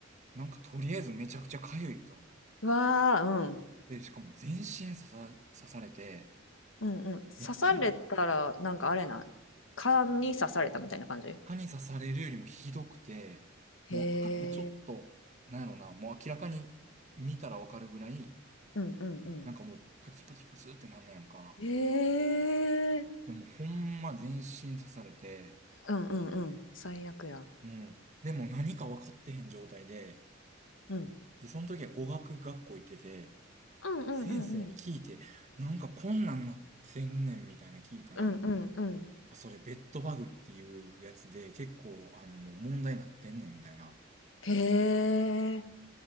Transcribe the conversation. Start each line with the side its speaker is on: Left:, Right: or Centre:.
Right: なんかとりあえずめちゃくちゃ痒いと。
Left: わあ、うん。
Right: で、しかも全身刺さ、刺されて、
Left: うんうん。
Right: めっちゃ
Left: 刺されたら、なんかあれない？蚊に刺されたみたいな感じ？
Right: 蚊に刺されるよりもひどくて、
Left: へえ。
Right: もう赤くちょっと、なんやろな、もう明らかに見たらわかるぐらい、
Left: うんうんうん。
Right: なんかもうプツプツプツってなんねやんか。
Left: へえ。
Right: でもほんま全身刺されて、
Left: うんうんうん。最悪や。
Right: うん。でも何か分かってへん状態で、
Left: うん。
Right: で、その時は語学学校行ってて、
Left: うんうんうんうん。
Right: 先生に聞いて、なんかこんなんなってんねんみたいな聞いたら、
Left: うんうんうん。
Right: あそれベッドバグっていうやつで結構あのもう問題になってんねんみたいな。
Left: へえ。